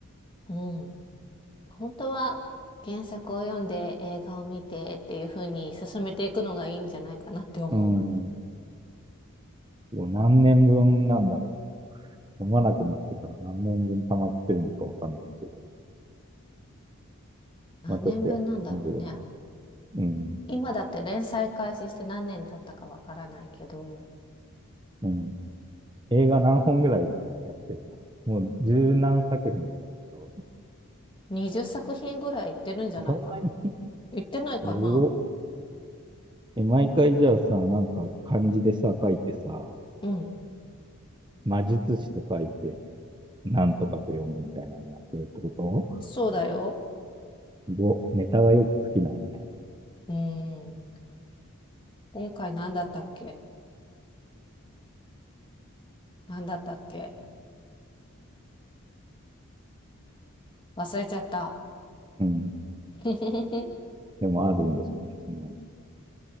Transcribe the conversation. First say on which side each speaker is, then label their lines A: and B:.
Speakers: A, on the left; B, on the right.
A: うん。本当は原作を読んで映画を見てっていう風に進めていくのがいいんじゃないかなって思う。
B: うーん、すごい。何年分なんだろう。読まなくなってから何年分溜まってるのかわかんないけど。
A: 何年分なんだろうね。
B: まあちょっとやってみるわ。うん、
A: 今だって連載開始して何年経ったかわからないけど。
B: うん。映画何本ぐらいやってるのもう十何作品とかでしょ
A: 20作品ぐらい行ってるんじゃないかな。
B: そんなに、
A: 行ってないかな。
B: おお、え、毎回じゃあさ、なんか漢字でさ、書いてさ、
A: うん。
B: 魔術師と書いて、なんとかと読むみたいなのやってるってこと
A: そうだよ。
B: すご、ネタがよく尽きないね。
A: うーん。今回何だったっけ何だったっけ忘れちゃった。
B: うん。
A: <laughs>
B: でもあるんでしょうね。その